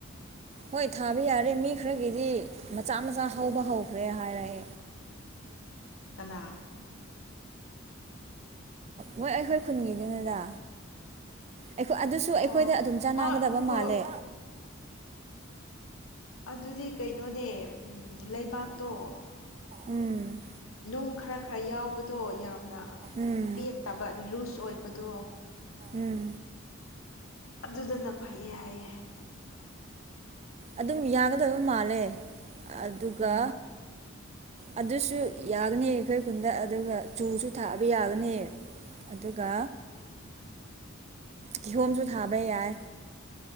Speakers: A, on the right (about 30°); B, on the left (about 85°).
A: ꯍꯣꯏ ꯊꯥꯕ ꯌꯥꯔꯦ ꯃꯤ ꯈꯔꯒꯤꯗꯤ ꯃꯆꯥ ꯃꯆꯥ ꯍꯧꯕ ꯍꯧꯈ꯭ꯔꯦ ꯍꯥꯏꯔꯛꯑꯦ
B: ꯀꯅꯥ
A: ꯃꯣꯏ ꯑꯩꯈꯣꯏ ꯈꯨꯟꯒꯤꯗꯨꯅꯦꯗꯥ ꯑꯩꯈꯣꯏ ꯑꯗꯨꯁꯨ ꯑꯩꯈꯣꯏꯗ
B: ꯑꯣ
A: ꯑꯗꯨꯝ ꯆꯥꯟꯅꯒꯗꯕ
B: ꯃꯥ ꯎꯝ
A: ꯃꯥꯜꯂꯦ
B: ꯑꯗꯨꯗꯤ ꯀꯩꯅꯣꯅꯦ ꯎ ꯂꯩꯕꯥꯛꯇꯣ
A: ꯎꯝ
B: ꯅꯨꯡ ꯈꯔ ꯈꯔ ꯌꯥꯎꯕ ꯑꯣ ꯌꯥꯝꯅ
A: ꯎꯝ
B: ꯄꯦꯠꯇꯕ ꯂꯨꯁ ꯑꯣꯏꯕꯗꯣ
A: ꯎꯝ
B: ꯑꯗꯨꯗꯅ ꯐꯩꯌꯦ ꯍꯥꯏꯌꯦ
A: ꯑꯗꯨꯝ ꯌꯥꯒꯗꯣꯏꯕ ꯃꯥꯜꯂꯦ ꯑꯗꯨꯒ ꯑꯗꯨꯁꯨ ꯌꯥꯒꯅꯤ ꯑꯩꯈꯣꯏ ꯈꯨꯟꯗ ꯑꯗꯨꯒ ꯆꯨꯁꯨ ꯊꯥꯕ ꯌꯥꯒꯅꯤ ꯑꯗꯨꯒ
B: ꯎꯝ
A: ꯀꯤꯍꯣꯝꯁꯨ ꯊꯥꯕ ꯌꯥꯏ